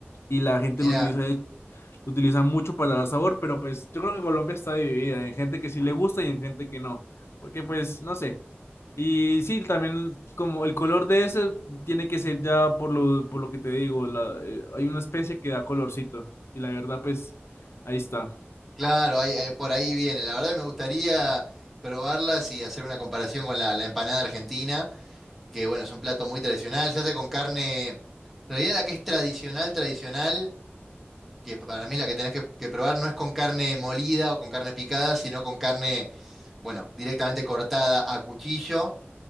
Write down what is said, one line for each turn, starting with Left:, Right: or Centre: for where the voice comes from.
Left: y la gente
Centre: Mirá,
Left: lo utiliza, de- lo utiliza mucho para dar sabor, pero pues yo creo que Colombia está dividida en gente que sí le gusta y en gente que no, porque pues no sé. Y sí, también como el color de ese tiene que ser ya por lo, por lo que te digo, la- eh, hay una especie que da colorcito y la verdad pues ahí está.
Centre: claro, ahí- ahí- por ahí viene. La verdad que me gustaría probarlas y hacer una comparación con la, la empanada argentina, que bueno, es un plato muy tradicional, se hace con carne, en realidad la que es tradicional, tradicional. que para mí la que tenés que, que probar no es con carne molida o con carne picada, sino con carne, bueno, directamente cortada a cuchillo.